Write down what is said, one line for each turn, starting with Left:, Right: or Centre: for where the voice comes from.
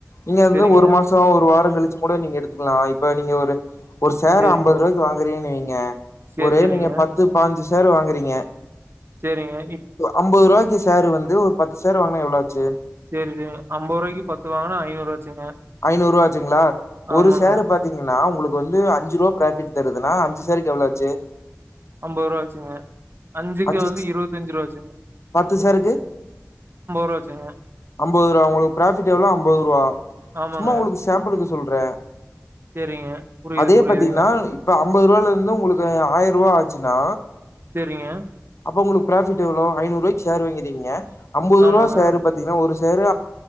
Left: நீங்க வந்து
Right: சரிங்க,
Left: ஒரு மாசோ ஒரு வாரோ கழிச்சு கூட நீங்க எடுத்துக்லா இப்ப நீங்க ஒரு ஒரு ஷேர்
Right: சரிங்க.
Left: அம்பது ருவாய்க் கு வாங்குறீன்னுவைங்க
Right: சரி,
Left: ஒரு
Right: சரிங்க,
Left: நீங்க பத்து பாஞ்சு ஷேர் வாங்குறீங்க
Right: சரிங்க. இப்
Left: அம்பது ருவாய்கு ஷேரு வந்து ஒரு பத்து ஷேர் வாங்னா எவ்ளோ ஆச்சு
Right: சேரி இது அம்பது ருவாய்கு பத்து வாங்கனா ஐநூறுவா ஆச்சுங்க
Left: ஐநூறுவா ஆச்சுங்களா ஒரு
Right: ஆமாங்க.
Left: ஷேரு பாத்தீங்கன்னா உங்ளுக்கு வந்து அஞ்சு ரூவா ப்ராஃபிட் க்கிறதுனா அஞ்சு ஷேரிக்கு எவ்ளோ ஆச்சு
Right: அம்பது ரூவா ஆச்சிங்க அஞ்சிக்கு
Left: அஞ்சு
Right: வந்து இருவத்தஞ்சு ரூவா ஆச்சிங்க
Left: பத்து ஷேருக்கு
Right: ரூவா ஆச்சுங்க
Left: அம்பது ரூவா உங்ளுக்கு பிராஃபிட் எவ்ளோ அம்பது ரூவா
Right: ஆமாங்க
Left: சும்மா உங்ளுக்கு சேம்ப்பிளுக்கு சொல்ற
Right: சேரிங்க புரியுது
Left: அதே
Right: புரியுதுங்க
Left: பாத்தீங்கனா இப்ப அம்பது ரூவால இருந்து உங்ளுக்கு ஆயிரரூவா ஆச்சினா
Right: சேரிங்க
Left: அப்போ உங்ளுக்கு ப்ராபிட் எவ்ளோ ஐநூரூவாய்க்கு சேர் வாங்கிறீங்க அம்பது
Right: ஆமாங்க
Left: ரூபா சேரு பாத்தீங்கானா ஒரு ஷேரு